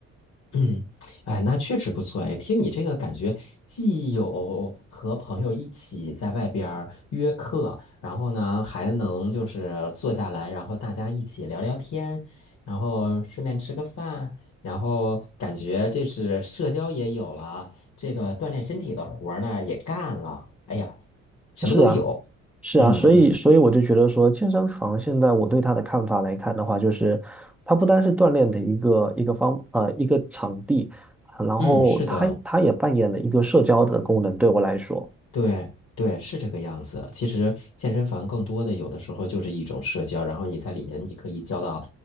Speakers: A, on the left; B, in the centre.
A: 嗯，哎，那确实不错哎。听你这个感觉，既有和朋友一起在外边儿约课，然后呢，还能就是坐下来，然后大家一起聊聊天，然后顺便吃个饭，然后感觉这是社交也有了，这个锻炼身体的活儿呢也干了。哎呀，什么都有。
B: 是啊。是啊，
A: 嗯嗯
B: 所以所以我就觉得说，健身房现在我对它的看法来看的话，就是它不单是锻炼的一个一个方呃一个场地，然后它它也扮演了一个社交的功能，
A: 嗯，是的。
B: 对我来说。
A: 对对，是这个样子。其实健身房更多的有的时候就是一种社交，然后你在里面你可以交到，